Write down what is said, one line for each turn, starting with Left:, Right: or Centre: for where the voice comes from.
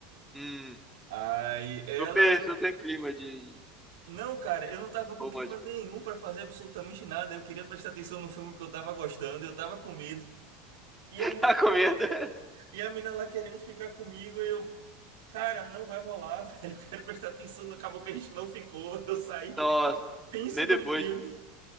Centre: Hum,
Right: Aí ela
Centre: super, super clima de
Right: Não, cara, eu não tava com
Centre: romântico.
Right: clima nenhum pra fazer absolutamente nada. Eu queria prestar atenção no filme que eu tava gostando, eu tava com medo.
Centre: <laughs>
Right: E a, mi-
Centre: A comenda.
Right: e a mina lá querendo ficar comigo, e eu, cara, não vai rolar, <laughs> velho. Eu quero prestar atenção no acabou que a gente não ficou. <laughs> Eu saí
Centre: Nossa,
Right: tenso
Centre: nem depois.
Right: do filme.